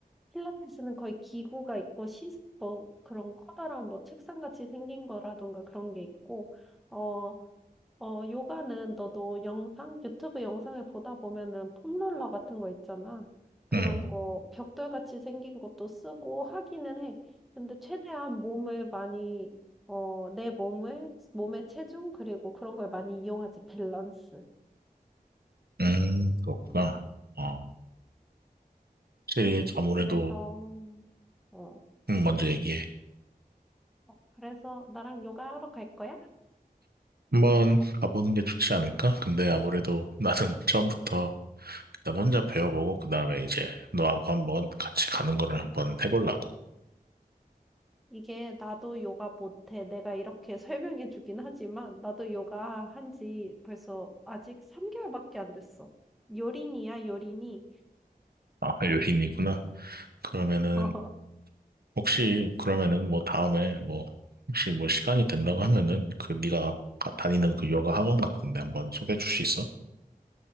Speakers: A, in the centre; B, on the right.
A: 필라테스는 거의 기구가 있고 시, 뭐 그런 커다란 뭐 책상같이 생긴 거라던가 그런 게 있고 어, 어, 요가는 너도 영상, 유튜브 영상을 보다 보면은 폼롤러 같은 거 있잖아. 그런
B: 음,
A: 거 벽돌같이 생긴 것도 쓰고 하기는 해. 근데 최대한 몸을 많이 어, 내 몸을 몸의 체중 그리고 그런 걸 많이 이용하지 밸런스.
B: 음, 그렇구나.
A: 음,
B: 어, 확실히 아무래도,
A: 그래서 어.
B: 음, 먼저 얘기해.
A: 어, 그래서 나랑 요가하러 갈 거야?
B: 한번 가보는 게 좋지 않을까? 근데 아무래도 나는 <laughs> 처음부터 일단 혼자 배워보고 그 다음에 이제 너하고 한번 같이 가는 거를 한번 해보려고.
A: 이게 나도 요가 못해. 내가 이렇게 <laughs> 설명해 주긴 하지만 나도 요가 한지 벌써 아직 3개월밖에 안 됐어. 요린이야, 요린이.
B: 아, 요린이구나. 그러면은
A: <laughs>
B: 혹시 그러면은 뭐 다음에 뭐 혹시 뭐 시간이 된다고 하면은 그 네가 가- 다니는 그 요가 학원 같은데 한번 소개해 줄 수 있어?